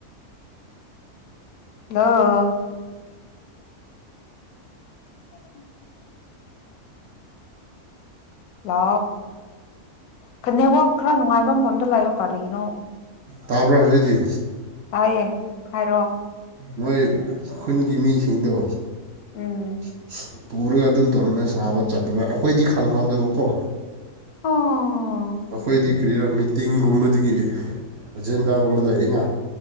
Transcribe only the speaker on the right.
ꯇꯥꯕ꯭ꯔꯥ ꯍꯧꯖꯤꯛꯇꯤ
ꯃꯣꯏ ꯈꯨꯟꯒꯤ ꯃꯤꯁꯤꯡꯗꯣ
<inaudible> ꯄꯨꯔꯒ ꯑꯗꯨꯝ ꯇꯧꯔꯒ ꯁꯥꯕ ꯆꯠꯄ ꯑꯩꯈꯣꯏꯗꯤ ꯈꯪꯍꯥꯎꯗꯕꯀꯣ
ꯑꯈꯣꯏꯗꯤ ꯀꯔꯤ ꯃꯤꯇꯤꯡꯒꯨꯝꯕꯗꯒꯤ ꯑꯦꯖꯦꯟꯗꯥꯒꯨꯝꯕ ꯂꯩ ꯑꯩꯅ